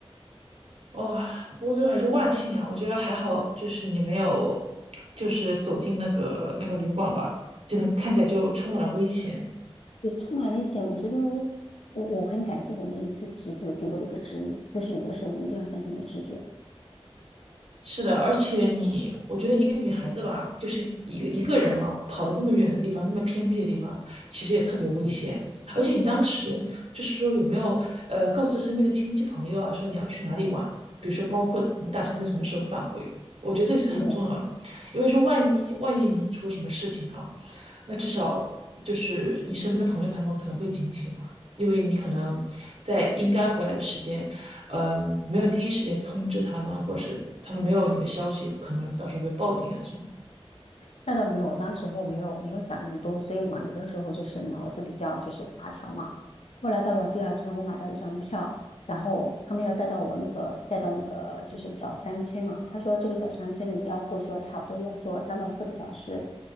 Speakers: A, on the right (about 70°); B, on the left (about 80°).
A: 哦，不过最后还是万幸啊，我觉得还好，就是你没有，就是走进那个那个旅馆吧，就那个看起来就充满了危险。
B: 也充满了一些，我觉得我我很感谢我那一次直觉给我的一个指引，就是有的时候你一定要相信你的直觉。
A: 是的，而且你，我觉得一个女孩子吧，就是一个一个人啊，跑了那么远的地方，那么偏僻的地方，其实也特别危险。而且你当时就是说有没有呃告知身边的亲戚朋友啊，说你要去哪里玩，比如说包括你打算在什么时候返回，我觉得这是很重要的，
B: 没有。
A: 因为说万一万一你出了什么事情哈、那至少就是你身边的朋友他们可能会警醒嘛，因为你可能在应该回来的时间嗯，没有第一时间通知他们，或是他们没有你的消息，可能到时候会报警啊什么。
B: 那倒没有，我当时候没有没有想那么多，所以嘛，有的时候就是脑子比较就是大条嘛。后来到了第二天，我买到一张票，然后他们要带到我那个带到那个就是小山村嘛。他说这个小山村呢，你要过去，差不多要坐三到四个小时。